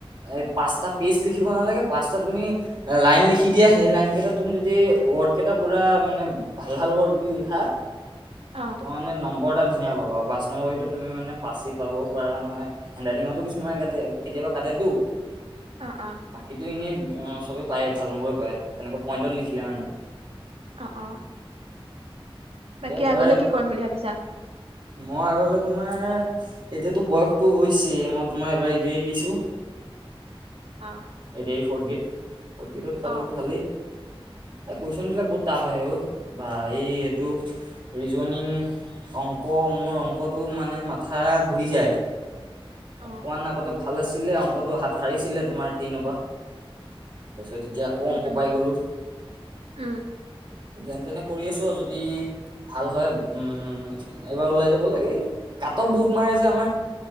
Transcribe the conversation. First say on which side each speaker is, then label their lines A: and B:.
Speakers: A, on the right (about 50°); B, on the right (about 80°).
A: এই পাঁচটা পেষ্ট লিখিব নালাগে, পাঁচটা তুমি লাইন লিখি দিয়া, সেই লাইন কেইটা তুমি যদি ৱৰ্ড কেইটা পুৰা মানে ভাল ভাল ৱৰ্ড দি লিখা <inaudible>
B: অ'।
A: মানে নম্বৰ এটা ধুনীয়া পাবা, পাঁচ নম্বৰ ভিতৰত তুমি মানে পাচে পাবাও পাৰা নহয় হেণ্ড ৰাইটিঙতো কিছুমানে কাটে, কেতিয়াবা কাটেটো।
B: অ', অ'।
A: বাকীতো এনেই চবেই পায়েই ভাল নম্বৰে পায়, তেনেকুৱা পইণ্টত লিখিলে মানে।
B: অ', অ'। বাকী
A: দে এইবাৰ,
B: আগলে কি কৰিম বুলি ভাবিছা
A: মই <unintelligible> তোমাৰ এতিয়াতো বয়সতটো হৈছেই, মই তোমাৰ এবাৰ এডিয়াৰি দিছো।
B: অ'।
A: এতিয়া এই ফৰ্ড গ্যেড, ফৰ্থ গ্যেডত পালেটো
B: অ
A: ভালেই। এই কুৱেশ্যন বিলাক বহুত টাফ আহে অ' বা এই এইটো ৰিজনিং অংক মোৰ অংকটো মানে মাথা ঘুৰি যায়,
B: অ
A: অকমান আগতে ভাল ভাল আছিলে অংকটো হাত সাৰিছিলে তোমাৰ ট্ৰইনৰ পৰা, তাৰপিছত এতিয়া <unintelligible>
B: উম
A: অংক
B: উম
A: পাই গলো,
B: উম
A: যেন তেনে কৰি আছো আৰু যদি বাকি ভাল হয়, উম এইবাৰ ওলাই যাব লাগে, কাতফ বহুত মাৰে যে আমাৰ